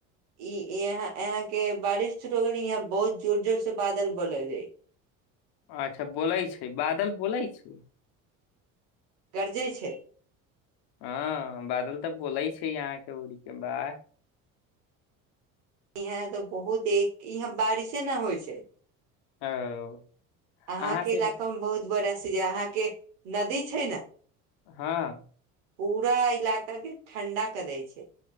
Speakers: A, on the right; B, on the left.
A: ई यहाँ यहाँ के बारिश शुर हो गेलै यहाँ बहुत जोर जोर से बादल बोल हय
B: अच्छा बोलै छै बादल बोलै छै
A: गर्जेय छै
B: ह बादल तऽ बोलय छै यहाँ के ओड़ी के बाह
A: यहाँ तऽ बहुत एक यहाँ बारिशे न होइ छै
B: ओ
A: अहाँके
B: अहाँ से
A: इलाका मे बहुत बरस जे अहाँके नदी छै ने
B: हँ
A: पूरा इलाका के ठण्डा क दै छै